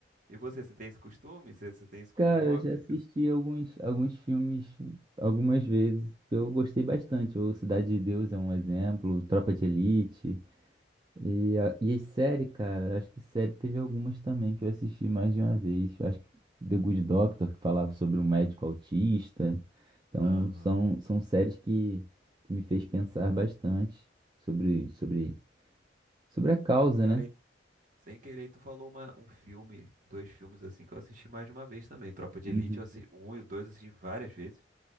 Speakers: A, on the right; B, on the right.
A: E você, você tem esse costume? Você, você tem isso como
B: Cara,
A: hobby?
B: eu já
A: Ficar
B: assisti
A: assistindo?
B: alguns, alguns filmes algumas vezes que eu gostei bastante. O Cidade de Deus é um exemplo, Tropa de Elite. E, a, e as séries, cara, acho que série teve algumas também que eu assisti mais de uma vez. Eu Acho que The Good Doctor, que falava sobre um médico autista. Então,
A: Aham.
B: são, são séries que, que me fez pensar bastante sobre, sobre Sobre a causa,
A: Cara,
B: né?
A: e Sem querer, tu falou uma, um filme, dois filmes assim que eu assisti mais de uma vez também. Tropa de
B: Uhum.
A: Elite, eu assisti o um e o dois eu assisti várias vezes.